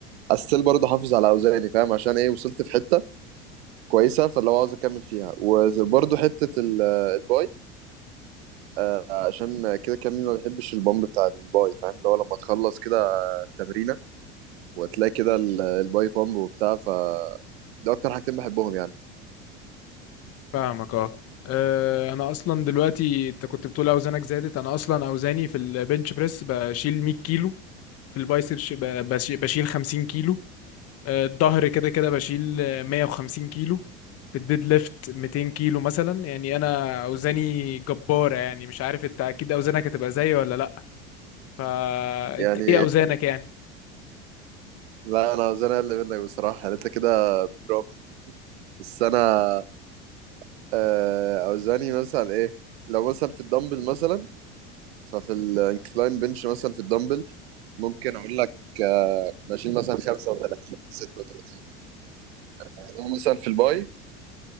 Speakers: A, on the right (about 75°); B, on the left (about 50°).
A: استيل برضه احافظ على اوزاني فاهم عشان ايه وصلت في حته كويسه فاللي هو عاوز اكمل فيها وبرضه حته ال- الباي آه، عشان كده كمي ما بيحبش البامب بتاع الباي فاهم اللي هو لما تخلص كده تمرينه وتلاقي كده ال- الباي بامب وبتاع ف ده اكتر حاجتين بحبهم يعني
B: فاهمك اه آه، انا اصلا دلوقتي انت كنت بتقول اوزانك زادت انا اصلا اوزاني في البنش بريس بشيل 100 كيلو في البايسبس ب- بشي- بشيل 50 كيلو آه، الظهر كده كده بشيل آه، 150 كيلو في الديد ليفت 200 كيلو مثلا يعني انا اوزاني جبارة يعني مش عارف انت اكيد اوزانك هتبقى زيي ولا لا فانت
A: يعني
B: ايه اوزانك يعني
A: لا انا اوزاني اقل منك بصراحه يعني انت كده بجرامي بس انا آه، اوزاني مثلا ايه لو مثلا في الدمبل مثلا ففي الانكلاين بنش مثلا في الدمبل ممكن اقول لك آه، بشيل مثلا 35 36 يعني هو مثلا في الباي